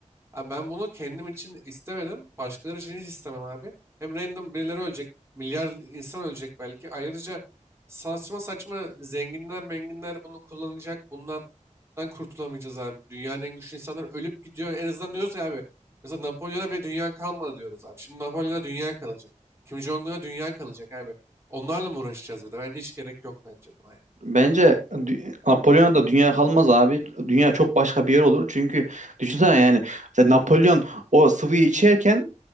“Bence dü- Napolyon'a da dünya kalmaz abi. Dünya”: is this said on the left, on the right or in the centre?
Right